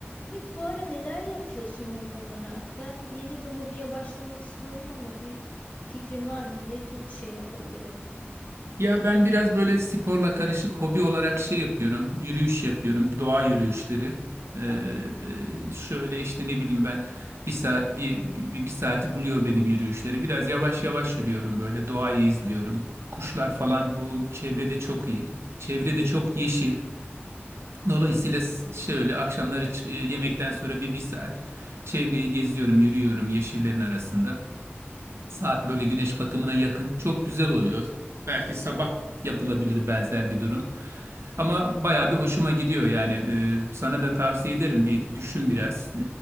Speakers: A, on the left (about 35°); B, on the right (about 75°).
A: Ümit, bu ara neler yapıyorsun hobi olarak? Ben yeni bir hobiye başlamak istiyorum ama bir fikrin var mı? Ne tür bir şey yapabilirim?
B: Ya ben biraz böyle sporla karışık hobi olarak şey yapıyorum. Yürüyüş yapıyorum. Doğa yürüyüşleri. Ee,
A: Ama
B: e, şöyle işte ne bileyim ben bir saat bir, bir, bir saati buluyor benim yürüyüşlerim. Biraz yavaş yavaş yürüyorum böyle doğayı izliyorum. Kuşlar falan bu çevrede çok iyi. Çevrede çok yeşil. Dolayısıyla s- şöyle akşamları çı- yemekten sonra bir bir saat çevreyi geziyorum, yürüyorum yeşillerin arasında. Saat böyle güneş batımına yakın. Çok güzel oluyor. Belki sabah yapılabilir benzer bir durum. Ama bayağı bir hoşuma gidiyor yani. Ee, sana da tavsiye ederim. Bir düşün biraz. Ee,